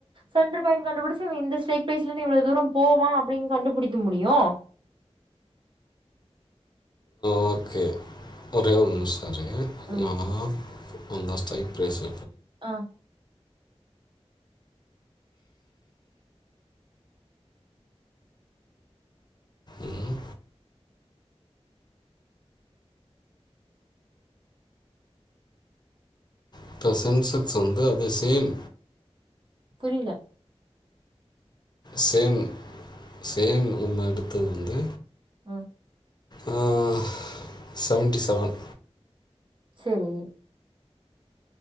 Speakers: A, on the right; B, on the left.
A: செண்டர் பாய்ன்டு கண்டுபிடிச்சு அவ இந்த ஸ்ரைக் பேஸ்லெந்து இவ்வளோ தூர போவான் அப்படின்னு கண்டுபுடிக்க முடியு
B: ஓகே ஒரே ஒர் நிம்ஸ செரி
A: ம்
B: நா அண்டஸ்டாய் பேசு
A: ஆஹ்
B: ம் இப்ப சென்செக்ஸ் வந்து அது சேம்
A: புரியில
B: சேம் சேம் நம்ம எடுத்தது வந்து
A: ஆஹ்
B: அஹ செவன்ட்டி செவன்
A: செரி